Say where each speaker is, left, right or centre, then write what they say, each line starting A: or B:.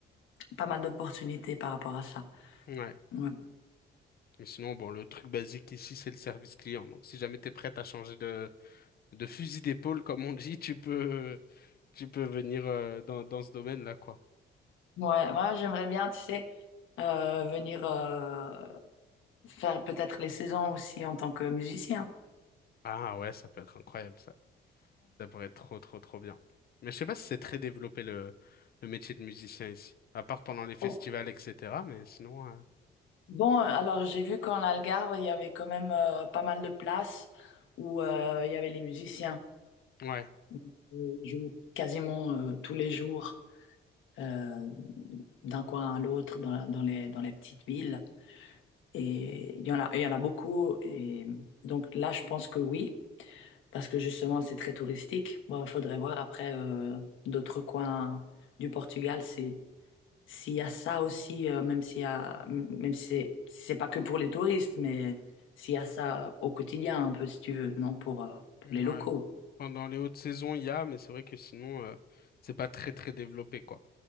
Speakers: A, on the left (about 80°); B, on the left (about 50°).
A: pas mal d'opportunités par rapport à ça.
B: Ouais.
A: Ouais,
B: Et sinon, bon, le truc basique ici, c'est le service client. Donc, si jamais t'es prête à changer de, de fusil d'épaule, comme on dit, tu peux, tu peux venir, euh, dans, dans ce domaine-là, quoi.
A: ouais, moi, j'aimerais bien, tu sais, euh, venir euh, faire peut-être les saisons aussi en tant que musicien.
B: Ah ouais, ça peut être incroyable ça. Ça pourrait être trop trop trop bien. Mais je sais pas si c'est très développé le, le métier de musicien ici. À part pendant les festivals,
A: Mhm.
B: etc. Mais sinon, euh,
A: Bon, alors j'ai vu qu'en Algarve, il y avait quand même euh, pas mal de places où euh, il y avait les musiciens.
B: ouais.
A: Donc, euh, Ils jouent quasiment euh, tous les jours euh, d'un coin à l'autre dans, dans les, dans les petites villes. Et il y en a, il y en a beaucoup. Et donc là, je pense que oui, parce que justement, c'est très touristique. Bon, il faudrait voir après euh, d'autres coins du Portugal si, S'il y a ça aussi, euh, même s'il y a, m- même si c'est c'est pas que pour les touristes, mais s'il y a ça au quotidien, un peu, si tu veux, non, pour, euh, pour
B: Ouais.
A: les locaux.
B: Pendant les hautes saisons, il y a, mais c'est vrai que sinon, euh, c'est pas très très développé quoi.